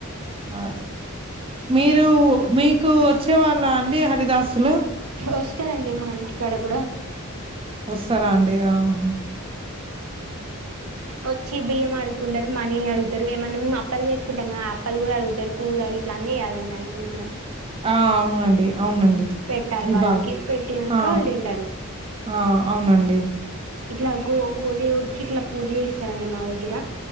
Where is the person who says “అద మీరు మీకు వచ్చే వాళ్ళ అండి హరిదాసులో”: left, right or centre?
Right